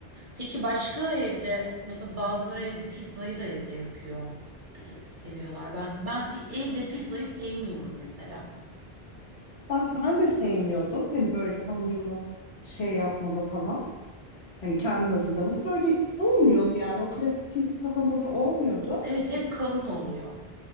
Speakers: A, on the right (about 50°); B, on the left (about 85°).
A: Peki başka evde mesela bazıları evde pizzayı da evde yapıyor. Güzel seviyorlar. Ben ben pi- evde pizzayı sevmiyorum mesela.
B: Bak ben de sevmiyordum. Hani böyle hamurunu şey yapmalı falan. Hani kendin hazırlamalı. Böyle olmuyordu yani. O klasik pizza hamuru olmuyordu.
A: Evet hep kalın oluyor.